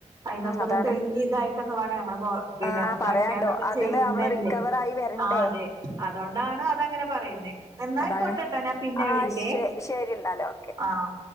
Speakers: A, on the right (about 30°); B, on the left (about 25°).
A: അതിനന്നൊക്കെ
B: ഉം,
A: ഒന്ന്
B: അതാണ്
A: തെളഞ്ഞിയ ഇതായിട്ടൊക്കെ വേണ നമ്മള് പിന്നെ
B: ആഹ്
A: വയ്ക്കാണ്ടൊക്കെ
B: പറയാണ്ടോ അതിന്ന്
A: ചെയ്യുന്നല്ലേ
B: നമ്മള് റിക്കവർ ആയി വരണ്ടേ
A: ആഹ അതെ അതുകൊണ്ടാണ് അതങ്ങനെ പറയുന്നേ എന്നായിക്കോട്ടെട്ടോ
B: അതാണ്
A: ഞാൻ പിന്നെ
B: ആഹ്
A: വിളിക്കേ
B: ശെ ശരി എന്നാൽ ഓക്കെ
A: ആഹ്